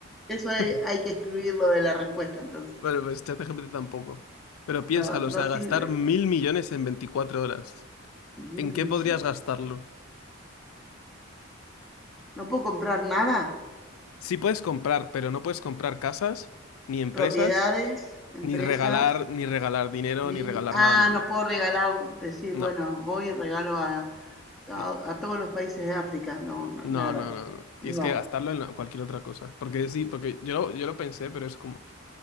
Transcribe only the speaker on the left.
<laughs>
Bueno, pues ChatGPT tampoco. Pero piénsalo,
o sea,
gastar mil millones en 24 horas.
¿En qué
podrías gastarlo?
Sí puedes comprar, pero no puedes comprar casas, ni empresas,
ni regalar, ni regalar dinero,
ni regalar
nada a nadie.
No,
no,
no,
no, no, no. Tienes
que gastarlo en cualquier otra cosa. Porque sí, porque yo lo, yo lo pensé, pero es como...